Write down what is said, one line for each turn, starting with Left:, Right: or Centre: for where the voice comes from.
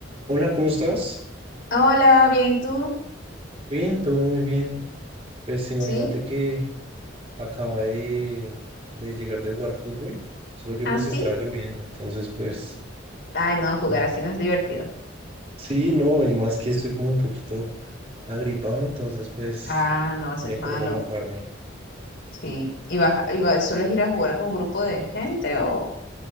Right: Hola, ¿cómo estás?
Left: Hola, bien, ¿y tú?
Right: Bien, todo muy bien. Pues imagínate
Left: ¿Sí?
Right: que acaba de, de llegar de jugar fútbol, solo que
Left: ¿Así?
Right: pues estaba lloviendo, entonces pues
Left: Ay, no, jugar
Right: ya.
Left: así no es divertido.
Right: Sí, no, y más que estoy como un poquito agripado, entonces pues
Left: Ah, no, eso
Right: mejor
Left: es malo.
Right: no mojarme.
Left: Sí. ¿Y vas, a- y vas- sueles ir a jugar con un grupo de gente o,